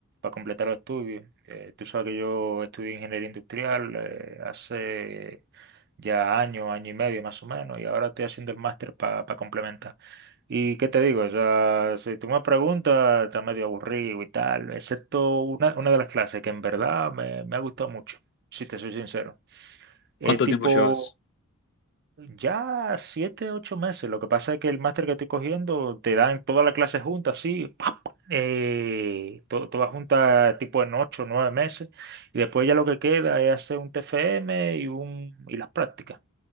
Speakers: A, on the right; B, on the left.
A: completar los estudios. Eh, tú sabes que yo estudié ingeniería industrial eh, hace ya año, año y medio más o menos, y ahora estoy haciendo el máster para complementar. ¿Y qué te digo? O sea, si tú me preguntas, está medio aburrido y tal, excepto una, una de las clases que en verdad me, me ha gustado mucho, si te soy sincero. Es
B: ¿Cuánto
A: tipo
B: tiempo llevas?
A: ya siete, ocho meses. Lo que pasa es que el máster que estoy cogiendo te dan toda la clase junta, así, pa, pa, eh, to- toda junta tipo en ocho, nueve meses. Y después ya lo que queda es hacer un TFM y, un, y las prácticas.